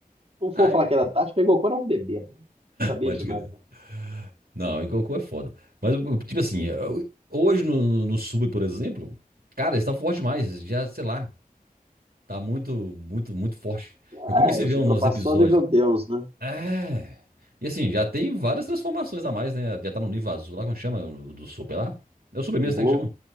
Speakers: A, on the right (about 40°); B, on the right (about 85°).
A: não for
B: Ai,
A: falar que era tarde, pegou quando era um bebê, né? Não sabia
B: pode
A: de
B: crer.
A: nada.
B: Não, em Goku é foda. Mas, tipo assim, eu- hoje no, no sub, por exemplo, cara, eles estão forte demais. Já, sei lá, tá muito, muito, muito forte. Eu
A: É,
B: comecei
A: os
B: a ver uns
A: ultrapassou
B: episódios.
A: o nível Deus, né?
B: É. E assim, já tem várias transformações a mais, né? Já tá no nível azul lá, como chama? O do super lá? É o super mesmo,
A: Blue.
B: né, que chama?